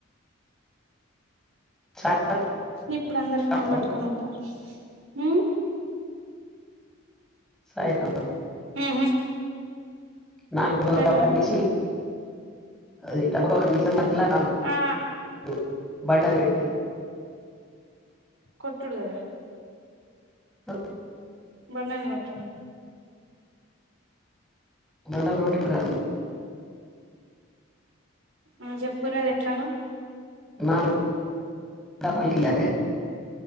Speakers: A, in the centre; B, on the right.
A: చాట్
B: ఇప్పుడు అందరు ఫోన్లు
A: పడతారా
B: పట్టుకొని ఉంటారు మ్మ్
A: సాయితు
B: ఉహు
A: నాలుగు
B: తెల్వది
A: డబ్బాలు తీసి అది డబ్బ పక్క ఇల్ల నాలుగు
B: ఆ
A: బండ వెట్టి
B: కొట్డుడు గద
A: ఓ
B: బర్ణాని వట్టుడు
A: మండలు కొట్టుడు గాదు
B: ఆ చెప్పురు అది ఎట్లనో
A: నాను పల్కిల్లాలే